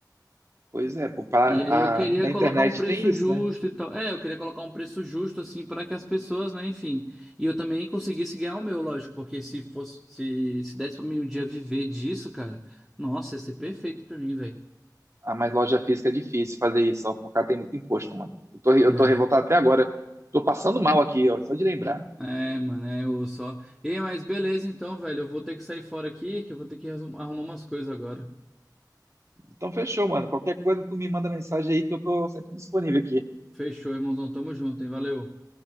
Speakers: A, on the right; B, in the centre.
A: Pois é, pô, pra-
B: E aí eu queria
A: a- na
B: colocar
A: internet
B: um preço
A: tem isso,
B: justo
A: né?
B: e tal. É, eu queria colocar um preço justo assim pra que as pessoas, né, enfim. E eu também conseguisse ganhar o meu, lógico, porque se fosse se, se desse pra mim um dia viver disso, cara, nossa, ia ser perfeito pra mim, velho.
A: Ah, mas loja física é difícil fazer isso, ó, por cá tem muito imposto, mano. Eu tô, re-
B: É.
A: eu tô revoltado até agora. Tô passando mal aqui, ó, só de lembrar.
B: É, mano, é, eu só. Ei, mas beleza então, velho. Eu vou ter que sair fora aqui, que eu vou ter que arrumar umas coisas agora.
A: Então fechou, mano. Qualquer coisa, tu me manda mensagem aí que eu tô sempre disponível aqui.
B: Fechou, irmãozão. Tamo junto, hein? Valeu.